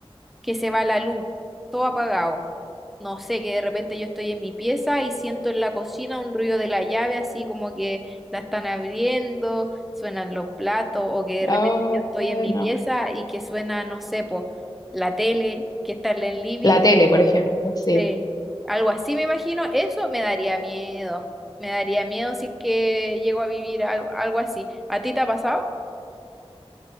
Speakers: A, in the centre; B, on the left (about 40°).
A: que se va la luz, todo apagado. No sé, que de repente yo estoy en mi pieza y siento en la cocina un ruido de la llave, así como que la están abriendo, suenan los platos, o que de repente
B: Ay,
A: yo estoy en mi
B: no.
A: pieza y que suena, no sé, po, la tele, que está en el living.
B: La tele, por ejemplo, sí.
A: Sí, algo así me imagino, eso me daría miedo. Me daría miedo si es que llego a vivir al- algo, así. ¿A ti te ha pasado?